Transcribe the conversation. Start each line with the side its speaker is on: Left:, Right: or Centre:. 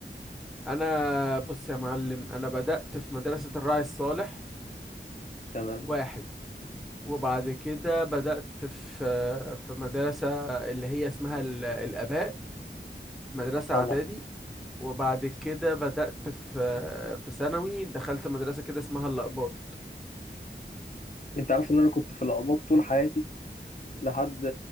Centre: أنا بص يا معلم أنا بدأت في مدرسة الراعي الصالح
Left: تمام
Centre: واحد وبعد كده بدأت في في مدرسة اللي هي اسمها ال- الآباء مدرسة
Left: طبعا
Centre: إعدادي وبعد كده بدأت في في ثانوي دخلت مدرسة كده اسمها الأقباط
Left: انت عارف ان انا كنت في القباط طول حياتي لحد